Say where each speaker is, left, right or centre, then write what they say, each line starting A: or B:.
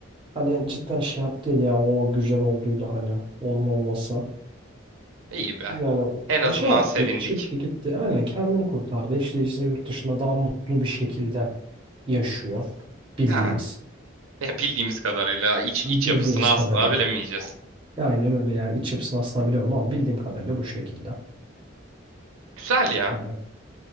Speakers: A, on the right; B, on the right.
A: hani cidden şey yaptın ya o güzel olduydu hani onun olması.
B: İyi be.
A: Yani
B: En azından
A: şey yaptı
B: sevindik.
A: çıktı gitti aynen kendini kurtardı. İşte işte yurt dışında daha mutlu bir şekilde yaşıyor bildiğimiz
B: Ha. Ya bildiğimiz kadarıyla iç
A: bildiğimiz
B: iç yapısını asla
A: kadarıyla.
B: bilemeyeceğiz.
A: Ya Aynen öyle yani iç yapısını asla bilemem ama bildiğim kadarıyla bu şekilde.
B: Güzel ya.
A: Hani